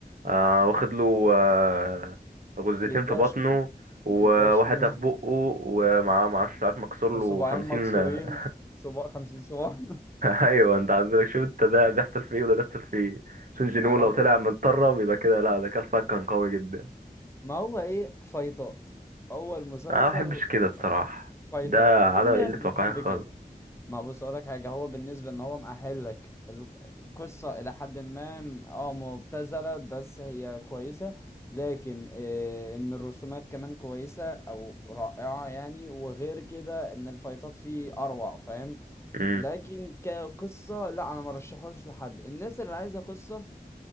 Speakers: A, on the right (about 55°); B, on the left (about 15°).
A: آه واخد له آه غزتين
B: مداش
A: في بطنه
B: من
A: وواحدة
B: مداش من <laughs>
A: في بقه ومعاه معاه شعر مكسور
B: وصباعين
A: له خمسين
B: مكسورين
A: <laughs>
B: صباع خمسين صباع <laughs>
A: ايوه انت عندك شوف انت ده بيحصل فيه وده بيحصل فيه سون جينو
B: ما انا
A: لو
B: بص
A: طلع متطرب يبقى كده لا ده كان فاك كان قوي جدا
B: ما هو ايه فايتات اول مسلسل
A: انا ما بحبش كده الصراحة
B: فايتات
A: ده
B: في
A: عدم
B: ناس
A: قلة
B: بتحب
A: واقعية خالص
B: كده ما بص اقولك حاجه هو بالنسبه ان هو مأهلك ال- القصه الى حد ما م- اه مبتذله بس هي كويسه لكن آه، ان الرسومات كمان كويسه او رائعه يعني وغير كده ان الفايتات فيه اروع فاهم
A: امم
B: لكن كقصه لا انا ما رشحوش لحد الناس اللي عايزه قصه